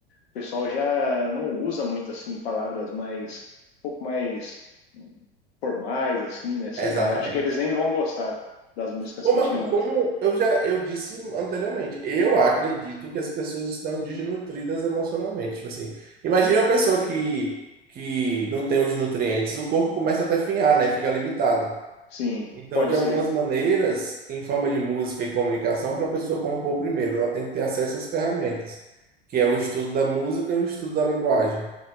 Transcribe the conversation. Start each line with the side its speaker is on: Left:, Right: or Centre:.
Left: o pessoal já não usa muito assim palavras mais um pouco mais hum, formais assim, né? Sei
Right: Exatamente.
Left: lá, eu acho que eles nem vão gostar das músicas
Right: Como,
Left: que tinham
Right: como
Left: antes.
Right: eu já eu disse anteriormente, eu acredito que as pessoas estão desnutridas emocionalmente. Tipo assim, imagina uma pessoa que, que não tem os nutrientes, o corpo começa a definhar, né? Fica limitado.
Left: Sim,
Right: Então,
Left: pode
Right: de
Left: ser,
Right: algumas maneiras, em forma de música e comunicação, para a pessoa compor primeiro, ela tem que ter acesso às ferramentas, que é o estudo da música e o estudo da linguagem.